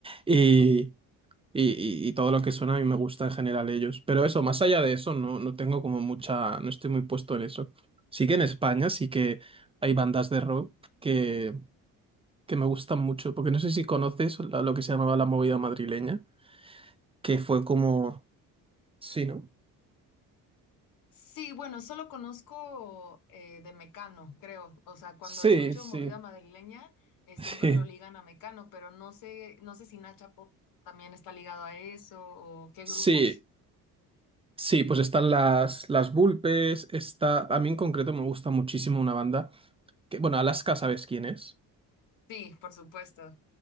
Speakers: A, on the right (about 15°); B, on the left (about 70°).
A: y, Y, y- y todo lo que suena a mí me gusta en general ellos. Pero eso, más allá de eso, no, no tengo como mucha, no estoy muy puesto en eso. Sí que en España sí que hay bandas de rock que, que me gustan mucho, porque no sé si conoces la- lo que se llamaba la movida madrileña, que fue como... Sí, ¿no?
B: Sí, bueno, solo conozco eh, de Mecano, creo. O sea, cuando
A: Sí,
B: escucho
A: sí.
B: movida madrileña, eh,
A: <laughs>
B: siempre
A: Sí.
B: lo ligan a Mecano, pero no sé, no sé si Nacha Pop también está ligado a eso o qué grupos.
A: Sí, sí, pues están las, las Vulpes, está... A mí en concreto me gusta muchísimo una banda que, bueno, Alaska, ¿sabes quién es?
B: Sí, por supuesto.